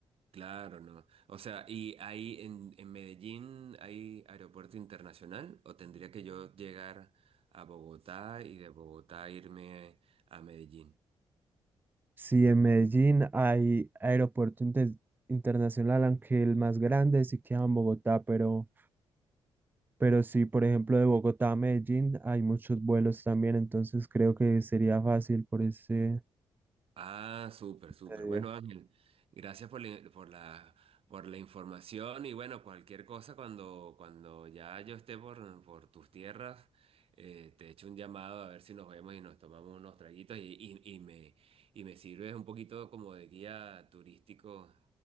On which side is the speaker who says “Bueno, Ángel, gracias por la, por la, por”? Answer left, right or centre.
Right